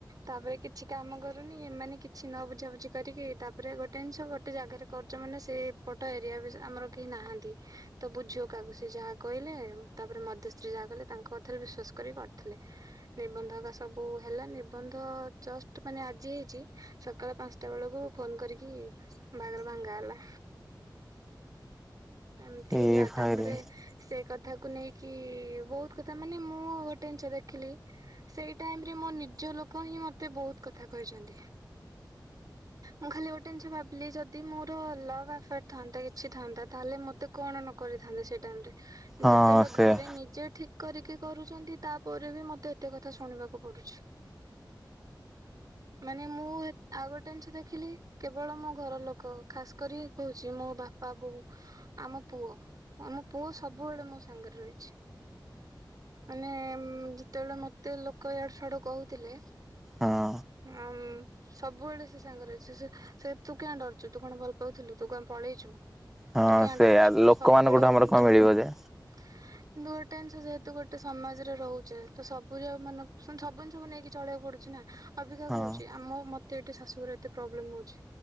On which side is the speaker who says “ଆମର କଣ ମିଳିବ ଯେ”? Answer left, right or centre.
Centre